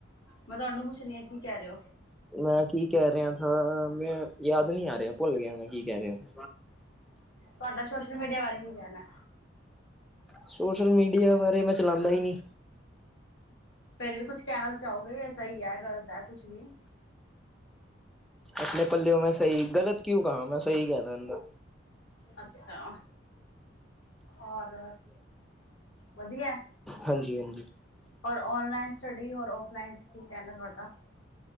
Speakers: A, on the left (about 75°); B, in the centre.
A: ਮੈਂ ਤੁਹਾਨੂੰ ਪੁੱਛਨੀ ਆ ਕੀ ਕਹਿ ਰਹੇ ਓ।
B: ਮੈਂ ਕੀ ਕਹਿ ਰਿਹਾ ਥਾ ਮੈਂ, ਯਾਦ ਨੀ ਆ ਰਿਹਾ ਭੁੱਲ ਗਿਆ ਮੈਂ ਕੀ ਕਹਿ ਰਿਹਾ ਸੀ।
A: ਤੁਹਾਡਾ ਸੋਸ਼ਲ ਮੀਡੀਆ ਬਾਰੇ ਕੀ ਕਹਿਣਾ?
B: ਸੋਸ਼ਲ ਮੀਡੀਆ ਬਾਰੇ ਮੈਂ ਚਲਾਂਦਾ ਈ ਨੀ।
A: ਫੇਰ ਵੀ ਕੁਛ ਕਹਿਣਾ ਤਾਂ ਚਾਹੋਗੇ ਸਹੀ ਐ ਗ਼ਲਤ ਐ ਕੁਛ ਵੀ
B: ਆਪਣੇ ਪੱਲਿਓ ਮੈਂ ਸਹੀ ਗਲਤ ਕਿਉਂ ਕਹਾ ਮੈਂ ਸਹੀ ਕਹਿਦਾ ਗਾ
A: ਅੱਛਾ, ਔਰ ਵਧੀਆ
B: ਹਾਂਜੀ-ਹਾਂਜੀ।
A: ਔਰ ਔਨਲਾਈਨ ਸਟੱਡੀ ਔਰ ਔਫਲਾਈਨ ਕੀ ਕਹਿਣਾ ਤੁਹਾਡਾ?